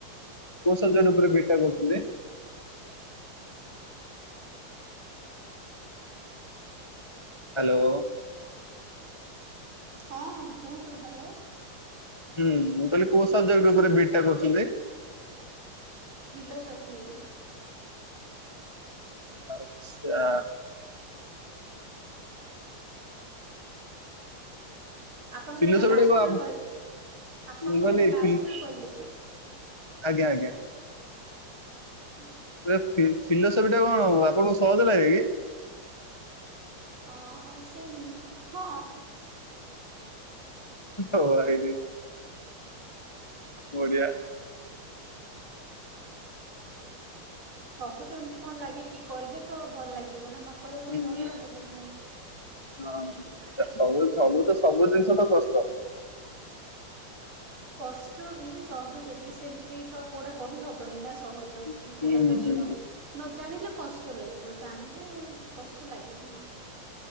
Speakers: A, on the left; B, on the right.
A: କୋଉ ସବଜେକ୍ଟ ଉପରେ ବି ଇ ଡି ଟା କରୁଛନ୍ତି? ହାଲୋ।
B: ହଁ କୁହନ୍ତୁ ହାଲୋ।
A: ହୁଁ ମୁଁ କହିଲି କୋଉ ସବଜେକ୍ଟ ଉପରେ ବି ଇ ଡି ଟା କରୁଛନ୍ତି?
B: ଫିଲୋସଫି।
A: ଆଚ୍ଛା।
B: ଆପଣଙ୍କର
A: ଫିଲୋସଫିଟା
B: ଏଇଟା ଲାଷ୍ଟ
A: ପା
B: ଇୟର କହି ଆପଣଙ୍କର
A: ମୁଁ କହିଲି
B: ଏଇଟା ଲାଷ୍ଟ
A: ଫିଲ
B: ଇୟର କହିଲେ କି?
A: ଆଜ୍ଞା ଆଜ୍ଞା।
B: ଅ ହଁ।
A: ଏ ଫି-ଫିଲୋସଫିଟା କଣ ଆପଣଙ୍କୁ ସହଜ ଲାଗେ କି?
B: ଅ ସେମ ହଁ।
A: ଓ ଭାଇରେ। ବଢିଆ।
B: ସହଜ ଏମିତି କଣ ଲାଗେ କି କରିଲେ ତ ଭଲ ଲାଗିବ ନା ନ ନ କଲେ
A: ହୁଁ
B: କଣ ସହଜ
A: ହୁଁ
B: ଲାଗେ <unintelligible> ନାଇ
A: ହଁ
B: ନା।
A: ଏଇଟା ସବୁ ସବୁ ତ ସବୁ ଜିନିଷ ତ କଷ୍ଟ।
B: କଷ୍ଟ ବି ସହଜ ବି ସେମିତି ତ କୋଉଟା କହିହବନି ନା ସହଜ କି
A: ହୁଁ
B: କୋଉଟା କଷ୍ଟ।
A: ହୁଁ
B: ନ ଜାଣିଲେ କଷ୍ଟ ଲାଗିବ, ଜାଣିଲେ କଷ୍ଟ ଲାଗିବନି।